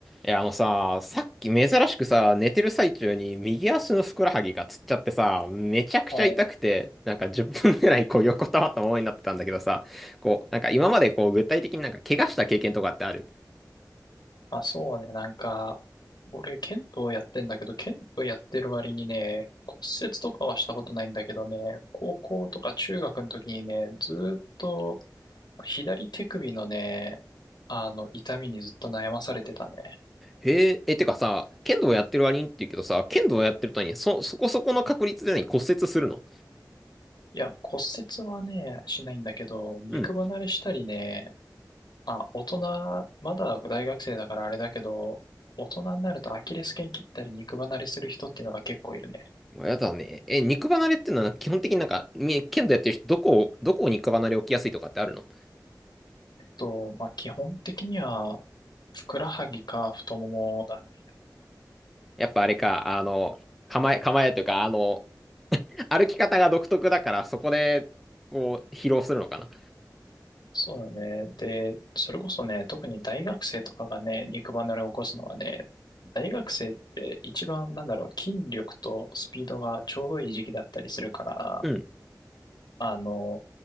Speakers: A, in the centre; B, on the left.
A: いや、あのさ、さっき珍しくさ、寝てる最中に右足のふくらはぎがつっちゃってさ、めちゃくちゃ痛くて、
B: はい。
A: なんか10分ぐらいこう横たわったままになってたんだけどさ、こう、なんか今までこう具体的になんか怪我した経験とかってある
B: あ、そうね。なんか、俺、剣道やってんだけど、剣道やってる割にね、骨折とかはしたことないんだけどね、高校とか中学の時にね、ずーっと左手首のね、あの、痛みにずっと悩まされてたね。
A: へえ、え、てかさ、剣道やってる割にって言うけどさ、剣道やってるとに、そ、そこそこの確率で何骨折するの
B: いや、骨折はね、しないんだけど、肉離れしたりね、
A: うん。
B: あ、大人、まだ大学生だからあれだけど、大人になるとアキレス腱切ったり肉離れする人っていうのが結構いるね。
A: やだね。え、肉離れってのは基本的になんか、み剣道やってる人、どこを、どこを肉離れ起きやすいとかってあるの
B: と、まあ、基本的には、ふくらはぎか太ももだね。
A: やっぱあれか、あの、構え、構えというか、あの、歩き方が独特だから、そこで、こう、疲労するのかな。
B: そうだね。で、それこそね、特に大学生とかがね、肉離れを起こすのはね、大学生って一番、なんだろう、筋力とスピードがちょうどいい時期だったりするから、
A: うん。
B: あの、